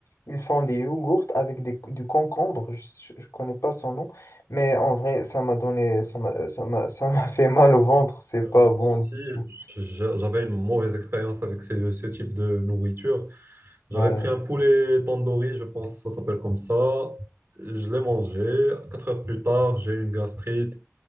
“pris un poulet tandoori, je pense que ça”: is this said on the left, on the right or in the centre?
Right